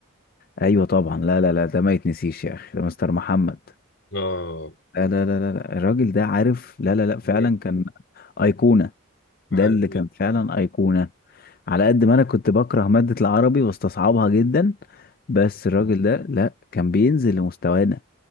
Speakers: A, on the left; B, on the left.
A: ايوه طبعا لا لا لا ده ما يتنسيش يا اخي ده مستر محمد
B: اه
A: لا لا لا لا لا، الراجل ده عارف لا لا لا فعلا
B: عالمي
A: كان أيقونة
B: عالمي
A: ده اللي كان فعلا أيقونة على قد ما أنا كنت بكره مادة العربي واستصعبها جدا بس الراجل ده لا كان بينزل لمستوانا